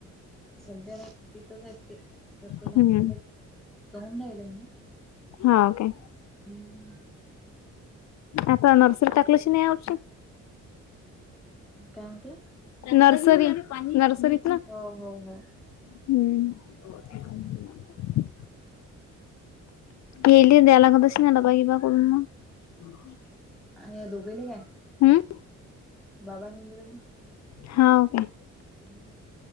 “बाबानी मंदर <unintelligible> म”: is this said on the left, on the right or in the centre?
Centre